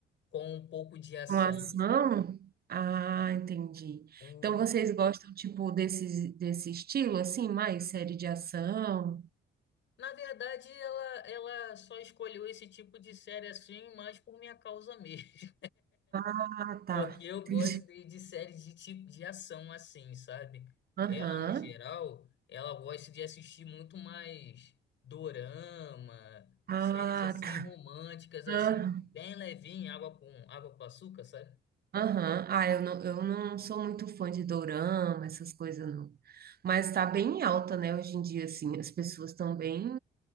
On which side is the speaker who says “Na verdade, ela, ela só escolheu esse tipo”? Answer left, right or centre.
Left